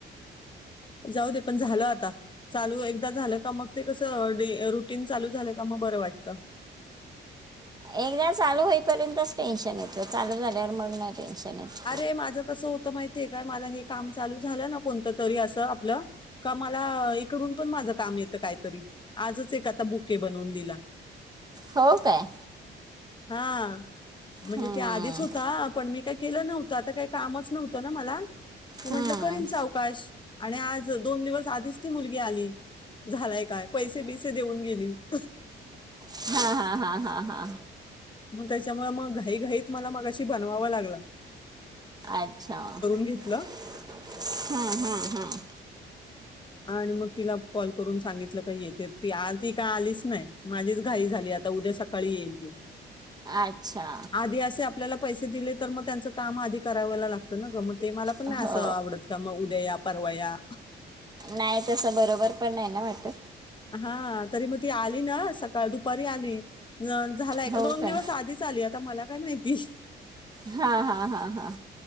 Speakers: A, on the left (about 25°); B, on the right (about 20°).
A: जाऊ दे, पण झालं आता. चालू एकदा झालं का? मग ते कसं डे रुटीन चालू झालं का? मग बरं वाटतं.
B: एकदा चालू होईपर्यंतच टेन्शन येतं. चालू झाल्यावर मग नाही टेन्शन येत.
A: ते माझं कसं होत माहितीये काय? मला हे काम चालू झालं ना, कोणतं तरी. असं आपलं का मला, इकडून पण माझं काम येतं काहीतरी. आजच एक आता बुके बनवून दिला.
B: हो, काय.
A: हा. म्हणजे
B: हम्म
A: ते आधीच होता, पण मी काय केलं नव्हतं. आता काही कामच नव्हतं ना, मला. तर म्हंटलं
B: हम्म
A: करीन सावकाश. आणि आज, दोन दिवस आधीच ती मुलगी आली. झालाय काय? पैसे बिसे देऊन गेली. <inaudible>
B: हा, हा, हा, हा, हा.
A: मग त्याच्यामुळे, मग घाईघाईत मला मगाशी बनवावं लागलं.
B: अच्छा.
A: घेतलं.
B: <inaudible> हम्म, हम्म, हम्.
A: आणि मग तिला कॉल करून सांगितलं, का येते? ती- ती काय आलीच नाही. माझीच घाई झाली. आता उद्या सकाळी येईल ती.
B: अच्छा.
A: आधी असे आपल्याला पैसे दिले तर मग त्यांच काम आधी करावायला लागतं ना ग मग ते मला पण
B: हो
A: नाही असं आवडत. म उदया या परवा या.
B: नाही तस बरोबर पण आहे ना वाटत.
A: हा तरी मग ती आली ना सकाळ दुपारी आली न. झालाय का
B: हो
A: दोन
B: काय
A: दिवस आधीच आली आता मला काय माहिती.
B: हा-हा-हा-हा